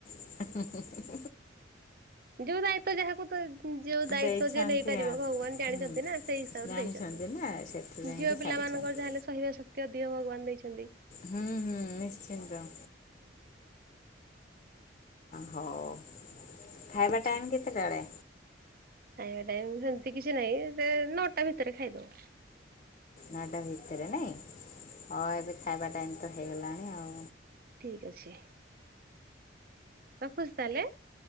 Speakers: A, on the left; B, on the right.
A: ହୁଁ ହୁଁ ହୁଁ।
B: ଯୋଉ ଦାୟିତ୍ୱ ଯାହାକୁ ତ ଯୋଉ ଦାୟିତ୍ଵ
A: ଦେଇଛନ୍ତି
B: ଯେ ନେଇପାରିବ
A: ଆଉ
B: ଭଗବାନ ଜାଣିଛନ୍ତି
A: ହୁଁ
B: ନା ସେଇ ହିସାବ
A: ଜାଣିଛନ୍ତି
B: ରେ ଦେଇଛନ୍ତି।
A: ନା ସେଥିପାଇଁକି
B: ଝିଅ
A: ଛାଡ଼ିଛନ୍ତି
B: ପିଲା ମାନଙ୍କର ଯାହା ହେଲେ ସହିବା ଶକ୍ତି ଅଧିକ ଭଗବାନ ଦେଇଛନ୍ତି।
A: ହୁଁ ହୁଁ ନିଶ୍ଚିନ୍ତ। ହଉ ଖାଇବା
B: କିଛି
A: ଟାଇମ କେତେଟାଳେ।
B: ଖାଇବା ଟାଇମ ସେମିତି କିଛି ନାହିଁ ସେ ନଅଟା ଭିତରେ ଖାଇଦଉ।
A: ନଟା ଭିତରେ ନାଇଁ ହଁ ଏବେ ଖାଇବା ଟାଇମ ତ ହେଇଗଲାଣି ଆଉ।
B: ଠିକ୍ ଅଛି। ରଖୁଛି ତାହେଲେ।